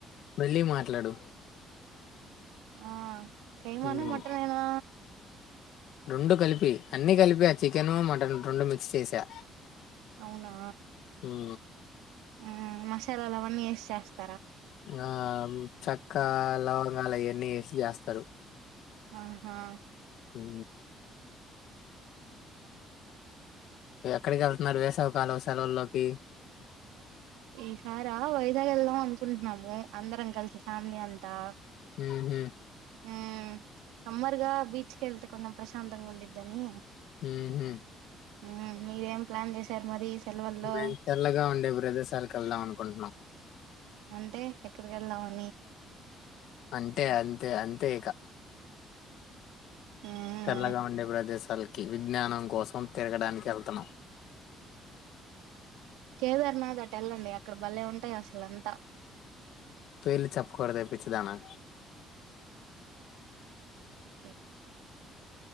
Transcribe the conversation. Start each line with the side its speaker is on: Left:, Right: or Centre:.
Left: మెల్లిగా మాట్లాడు
Right: ఆ కైమానా
Left: హ్మ్
Right: మటన్ ఏనా?
Left: రెండు కలిపి అన్ని కలిపి ఆ చికెను మటన్ రెండు మిక్స్ చేసా?
Right: అవునా
Left: ఊ
Right: ఊ మసాలాలా ఆవన్నీ వేసి చేస్త
Left: ఆ చక్క లవంగాలు అయన్నీ ఏసి చేస్తారు.
Right: ఆహా!
Left: ఓ ఎక్కడికి వెళ్తున్నారు వేసవికాలం సెలవుల్లోకి
Right: ఈసారా వైజాగ్ వెళ్దాం అనుకుంటున్నాము. అందరం కలిసి ఫ్యామిలీ అంతా
Left: ఉహుం
Right: ఊ సమ్మర్గా బీచ్ కె వెళ్తే కొంచం ప్రశాంతగా ఉండిద్దని
Left: ఉహుం
Right: ఉమ్ మీరేం ప్లాన్ చేసారు? మరి సెలవుల్లో
Left: మేము చల్లగా ఉండే ప్రదేశాలకి వెళ్దాం అనుకుంటున్నాం.
Right: అంటే ఎక్కడికి వెళ్దాం. అని
Left: అంటే అంతే అంతే ఇక
Right: ఉమ్
Left: చల్లగా ఉండే ప్రదేశాలకి విజ్ఞానం కోసం తిరగడానికి వెళ్తున్నాం.
Right: కేదార్నాథ్ అటు వెళ్ళండి. అక్కడ భలేె ఉంటాయి అసలు అంతా
Left: పేర్లు చెప్పకూడదే పిచ్చిదానా
Right: ఓకే